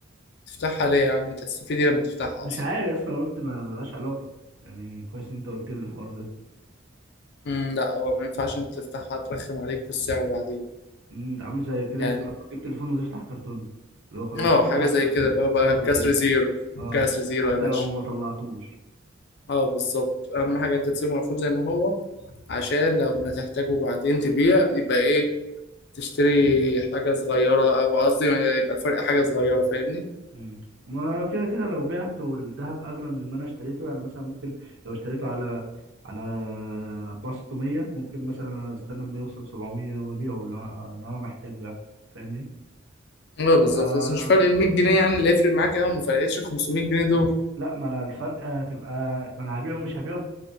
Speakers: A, on the left; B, on the right.
A: تفتحها ليه يا عم انت هتستفيدي لما تفتحها
B: مش
A: اصلا
B: عارف يا اسطى انا قلت ما ملهاش علاقه يعني كويس ان انت قلت لي الحوار ده
A: امم لا هو ما ينفعش انت تفتحها ترخم عليك في السعر بعدين
B: امم انت عامله زي كده يا
A: يعني
B: اسطى لما تجيب تليفون وتفتح كرتون ده، اللي هو خلاص
A: اه
B: فتح
A: حاجه زي
B: فس-
A: كده اللي هو
B: فسعره
A: بقى
B: بيقل
A: كسر زيرو
B: اه
A: كسر زيرو
B: حتى
A: يا باشا
B: لو ما طلعتوش
A: اه بالظبط اهم حاجه انت تسيبه مقفول زي ما هو عشان لو ما تحتاجه بعدين تبيع يبقى ايه تشتري حاجه صغيره او قصدي يبقى الفرق حاجه صغيره فاهمني
B: امم ما لو كده كده لو بعته والذهب اغلى من ما انا اشتريته يعني مثلا ممكن لو اشتريته على على 4600 ممكن مثلا استنى لما يوصل 700 وابيعه لو لو انا محتاجه يعني فاهمني
A: اه
B: فبقى
A: بالظبط بس مش فرق ال 100 جنيه يعني اللي يفرق معاك قوي ما فرقتش 500 جنيه دول
B: لا ما انا الفرق هتبقى ما انا هبيعه مش هبيعه